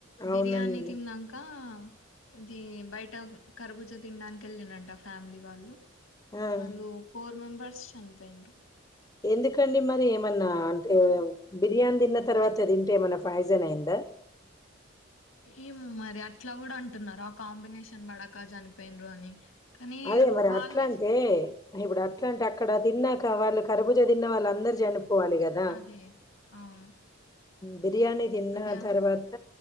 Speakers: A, on the left; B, on the left.
A: అవునండి
B: బిర్యాని తినన్నాంక ఇది బయట కర్బుజ తినడానికి వెళ్ళినంట ఫ్యామిలీ వాళ్ళు
A: ఆ
B: వాళ్ళు ఫోర్ మెంబర్స్ చనిపోన్
A: ఎందుకండి మరి ఏమన్నా అంటే బిర్యానీ తిన్న తర్వాత తింటే ఏమన్నా ఫాజన్ అయిందా
B: ఏము మరి అట్లా కూడా అంటున్నారు ఆ కాంబినేషన్ బడక చనిపోయిన్ర అని కానీ
A: అదే మరి
B: వాళ్ళే
A: అట్లాంటే
B: జ-
A: ఇప్పుడు అట్లా అంటే అక్కడ తిన్నాక వాళ్ళ కర్బుజ తిన్న వాళ్ళందరు జని పోవాలిగదా
B: అదే అవును
A: బిర్యానీ తిన్న
B: అదే ఆ-
A: తర్వాత